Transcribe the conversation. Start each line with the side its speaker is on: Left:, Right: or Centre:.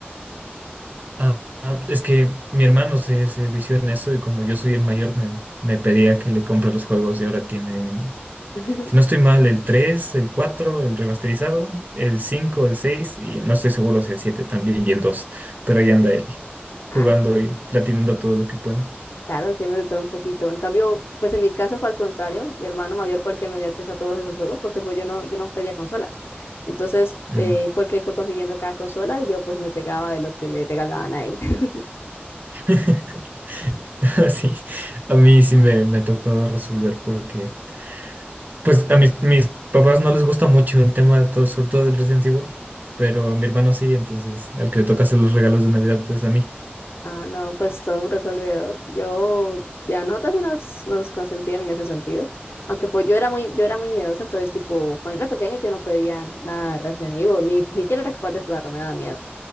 Right: Ah, ah, es que mi hermano se, se vició en eso y como yo soy el mayor me, me pedía que le compre los juegos y ahora tienen,
Left: <laughs>
Right: si no estoy mal, el 3 el 4 el remasterizado, el 5 el 6 y no estoy seguro si el 7 también y el 2 pero ahí anda él jugando
Left: Ah,
Right: y platinando todo lo que puede.
Left: Claro, tiene de todo un poquito. En cambio, pues en mi caso fue al contrario. Mi hermano mayor fue el que me dio acceso a todos esos juegos porque pues yo no, yo no pedía consolas. Entonces,
Right: Ujú.
Left: eh, fue el que fue consiguiendo cada consola y yo pues me pegaba de lo que le regalaban a él. <laughs>
Right: <laughs> <laughs> Sí, a mí sí me, me tocó resolver porque Pues a mis, mis papás no les gusta mucho el tema, de todo, sobre todo del Resident Evil, pero a mi hermano sí, entonces al que le toca hacer los regalos de Navidad es a mí.
Left: Ah, no, pues todo un resolvedor. Yo, ya nosotros sí nos, nos consentían en ese sentido. Aunque pues yo era muy, yo era muy miedosa, entonces tipo, cuando era pequeña yo no pedía nada de Resident Evil, ni ni siquiera era capaz de jugarlo, me daba miedo.